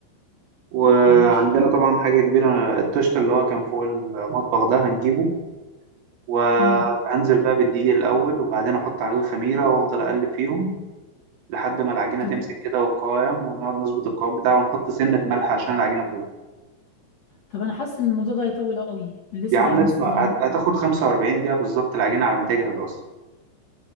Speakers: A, on the right; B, on the left.
A: وعندنا
B: ماشي
A: طبعا حاجه كبيره التوست اللي هو كان فوق المطبخ ده هنجيبه وهنزل
B: امم
A: بقى بالدقيق الأول وبعدين أحط عليه الخميرة وأفضل أقلب فيهم لحد ما العجينه
B: طب
A: تمسك كده والقوام ونقعد نظبط القوام بتاعه ونحط سنه ملح عشان العجينه تظبط
B: طب انا حاسس ان الموضوع ده هيطول قوي لسه
A: يا عم
B: بقى هنستنى
A: اسمع هت- هتاخد 45 دقيقه بالظبط العجينه على ما تجهز اصلا